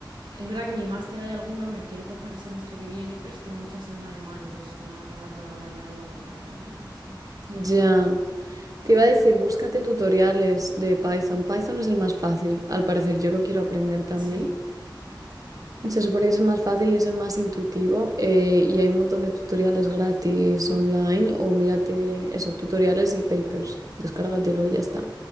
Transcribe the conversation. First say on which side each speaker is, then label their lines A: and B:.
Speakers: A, on the right (about 65°); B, on the right (about 45°).
A: es verdad que mi máster hay alguna, me quiero coger el semestre que viene, pero es que muchas son en alemán, entonces no me voy a poner a programar en alemán, pues no me va a enterar de nada, ¿sabes?
B: ya. Te iba a decir, búscate tutoriales de Python. Python es el más fácil, al parecer. Yo lo quiero aprender también.
A: Sí,
B: Se supone que es el más fácil y es el más intuitivo. eh, y hay un montón de tutoriales gratis online o mírate eso, tutoriales y papers. Descárgatelo y ya está.